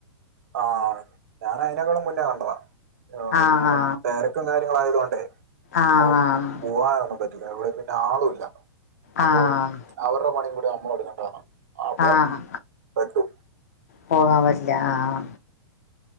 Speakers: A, on the right; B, on the left.
A: ആഹ ഞാൻ അയിതിനേക്കാളും മുന്നേ കണ്ടതാ ആ
B: ആഹ്
A: പിന്നെ തിരക്കും കാര്യങ്ങള ആയതൊണ്ടേ
B: ആഹ്
A: അ പോവാന ഒന്നും പറ്റില്ല ഇവിടെ പിന്ന ആളും ഇല്ല അപ്പൊ
B: ആഹ്
A: അവരുടെ മണിയും കൂടി നമ്മള എടുങ്ങേണ്ടതന്ന അപ്പൊ
B: ആഹ് ആഹ്
A: പെട്ടു
B: പോകാൻ പറ്റില്ല ആഹ